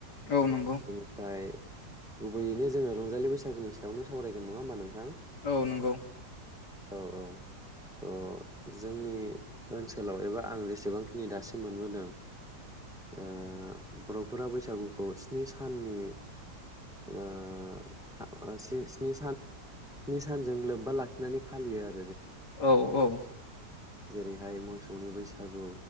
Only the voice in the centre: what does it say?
बेनिफ्राय गुबैयैनो जोङो रंजालि बैसागुनि सायावनो सावरायगोन नङा होमबा नोंथां
औ औ अ जोंनि ओनसोलाव एबा आं जेसेबांखिनि दासिम मोनबोदों ओ बर'फोरा बैसागुखौ स्नि साननि ओ था ओ सि-स्नि सानजों लोब्बा लाखिनानै फालियो आ
जेरैहाय मोसौनि बैसागु